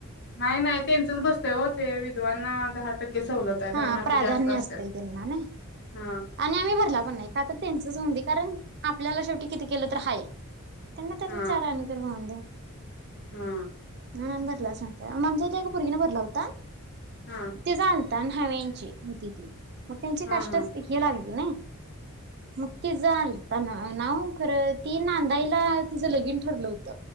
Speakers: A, on the left; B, on the right.
A: नाही नाही त्यांचच बसतय हो ते विधवाांना दहा टक्के सवलत आहे दहा
B: हा
A: मार्क
B: प्राधान्य
A: जास्त असतात.
B: असतय त्यांना नाही
A: हा
B: आणि आम्ही भरला पण नाही का तर त्यांच होऊन दे कारण आपल्याला शेवटी किती केलं तर हाय. त्यांना त्यातला
A: हा
B: चार आणे तर मिळून दे.
A: हा.
B: मगं आम्ही भरला सां आमच्या इथका मुुगीने भरला होता.
A: हा
B: ते जा न्हाव्यांची होती ती. मग त्यांचे
A: हा
B: कष्टच
A: हा
B: हे लागते नाय मग ति जाताना नाव खरं ती नांदायला तिज लगीन ठरलं होत.